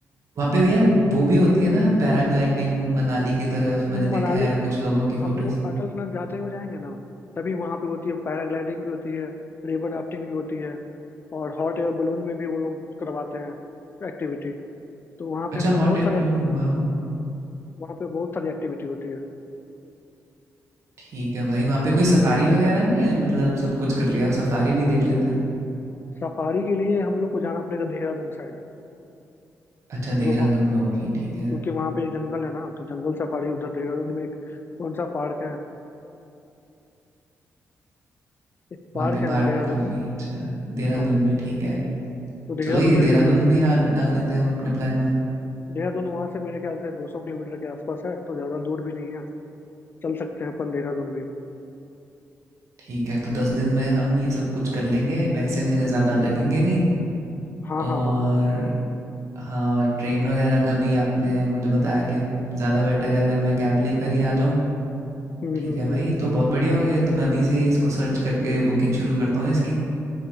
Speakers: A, on the right (about 60°); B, on the left (about 40°).
A: वहाँ पे भी यार वो भी होती है ना पैराग्लाइडिंग मनाली की तरफ मैंने
B: मनाली
A: देखा है कुछ लोगों की फ़ोटोज़।
B: हम लोग अटल टनल जाते हुए जाएंगे ना तभी वहां पे होती है पैराग्लाइडिंग भी होती है रिवर राफ्टिंग भी होती है और हॉट एयर बलून में भी वो लोग करवाते हैं एक्टिविटी तो वहाँ
A: अच्छा
B: पे हम लोग
A: हॉट
B: बहुत
A: एयर
B: सारे
A: बलून, वाओ!
B: वहाँ पे बहुत सारी एक्टिविटी होती है
A: ठीक है भाई वहाँ पे कोई सफारी वगैरह नहीं है मतलब सब कुछ कर लिया अब सफारी भी देख लेते हैं
B: सफारी के लिए हम लोग को जाना पड़ेगा देहरादून साइड
A: अच्छा
B: जो
A: देहरादून
B: वहाँ
A: में होगी ठीक है
B: क्योंकि वहाँ पे जंगल है ना तो जंगल सफारी उधर देहरादून में एक कौन सा पार्क है एक पार्क
A: वहाँ पे
B: है
A: पार्क
B: देहरादून
A: काफ़ी
B: में
A: अच्छा देहरादून
B: हाँ
A: में ठीक है
B: तो देहरादून
A: चलो ये
B: में
A: देहरादून
B: भी कुछ
A: भी डाल डाल लेते हैं हम अपने प्लान में
B: देहरादून वहाँ से मेरे ख्याल से 200 किलोमीटर के आसपास है तो ज़्यादा दूर भी नहीं है चल सकते हैं अपन देहरादून भी
A: ठीक है तो दस दिन में हम ये सब कुछ कर लेंगे पैसे मेरे ज़्यादा लगेंगे नहीं
B: हाँ
A: और
B: हाँ हाँ
A: हाँ ट्रेन वगैरह का भी आपने मुझे बताया कि ज़्यादा बेटर है अगर मैं कैब लेकर ही आ जाऊँ
B: हम्म
A: ठीक
B: हम्म
A: है भाई
B: हम्म।
A: ये तो बहुत बढ़िया हो गया ये तो मैं अभी से ही इसको सर्च करके बुकिंग शुरू करता हूँ इसकी